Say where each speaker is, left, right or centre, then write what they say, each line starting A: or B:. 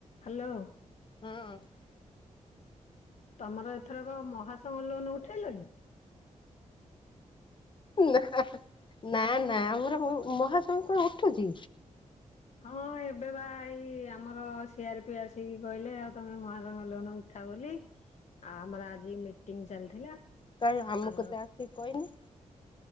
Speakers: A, on the left; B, on the left.
A: Hello.
B: ହୁଁ
A: ତମର ଏଥର କ ମହା ତମର ଲୋନ ଉଠେଇଲଣି?
B: ନା ନା ଆମର ମହାସଂଙ୍ଘ ଉଠୁଛି।
A: ହଁ ଏବେ ପା ଏଇ। ଆମର ସିଆର ପି ଆସିକି କହିଲେ ଆଉ ତମେ ମହାସଂଘ ଲୋହନ ଉଠା ବୋଲି ଆଉ ଆମର ଆଜି ମିଟିଂ ଚାଲିଥିଲା।
B: କାଇଁ ଆମୁକ
A: ଆଉ
B: ତ ଆସିକି କହିନି।